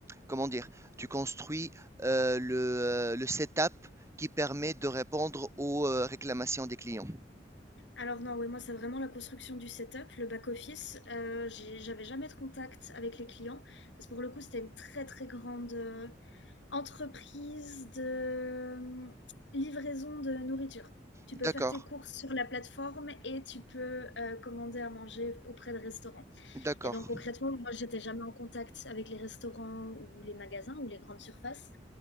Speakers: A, on the right; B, on the left.
A: comment dire, tu construis euh, le, euh, le setup qui permet de répondre aux euh, réclamations des clients?
B: Alors non, oui, moi, c'est vraiment la construction du setup, le back office. Heu, j'ai j'avais jamais de contact avec les clients parce que pour le coup, c'était une très, très grande, heu, entreprise de euh, livraison de nourriture. Tu
A: D'accord,
B: peux faire tes courses sur la plateforme et tu peux euh, commander à manger auprès de restaurants.
A: d'accord.
B: Et donc concrètement, moi, j'étais jamais en contact avec les restaurants ou les magasins ou les grandes surfaces.